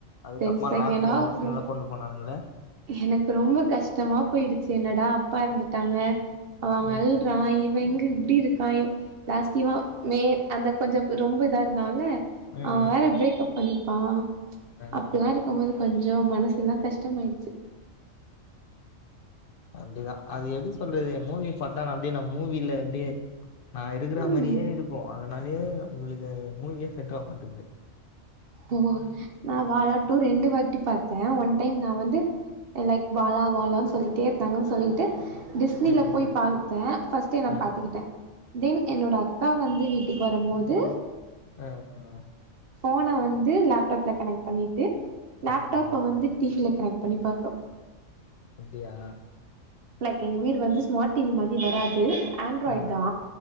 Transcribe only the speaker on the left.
அதுக்கப்புறமா
லாஸ்ட்ல
எமோஷனலா
கொண்டு போனானுங்கள
ம்
ம் ம்
ம் ம்
அப்படிதா அது எப்படி சொல்றது மூவி பார்த்த நா அப்படியே நா மூவில அப்படியே நா இருக்கிற
மாரியே இருக்கு அதனாலயே உங்களுக்கு மூவியே செட் ஆக மாட்க்குது
ம்
ம்
ஆ அ
ம்
ம் ம்
அப்டியா
ஆ